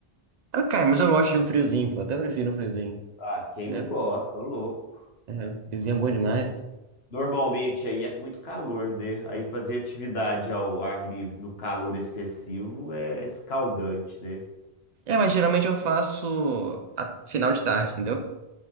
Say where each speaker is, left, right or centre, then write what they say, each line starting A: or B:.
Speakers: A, on the right; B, on the left.
A: Ah, Cara, mas eu gosto de um friozinho, pô. Até prefiro um friozinho,
B: Ah, quem
A: entendeu?
B: não gosta, ô louco.
A: É, um friozinho é bom demais.
B: Mas normalmente aí é muito calor, né? Aí fazer atividade ao ar livre no calor excessivo é escaldante, né?
A: É, mas geralmente eu faço a final de tarde, entendeu?